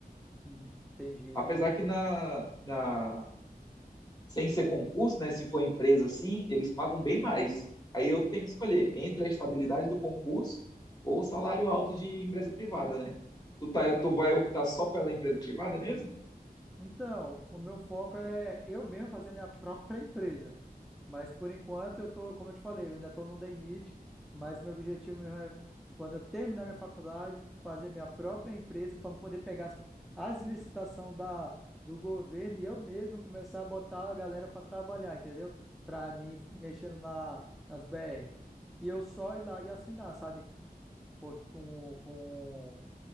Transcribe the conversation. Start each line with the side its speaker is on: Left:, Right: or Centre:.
Centre: uhum. Entendi,
Left: Apesar
Centre: entendi.
Left: que na, na sem ser concurso, né? Se for empresa assim, eles pagam bem mais. Aí eu tenho que escolher entre a estabilidade do concurso ou o salário alto de empresa privada, né? Tu, tá,
Centre: Sim,
Left: tu vai optar só pela empresa privada mesmo?
Centre: Então, o meu foco é eu mesmo fazer minha própria empresa. Mas por enquanto eu tô, como eu te falei, eu ainda estou no DNIT, mas meu objetivo mesmo é quando eu terminar minha faculdade, fazer minha própria empresa para poder pegar as, as licitações da do governo e eu mesmo começar a botar a galera para trabalhar, entendeu? Para mim mexendo na nas BR. E eu só ir lá e assinar, sabe? Por- Com com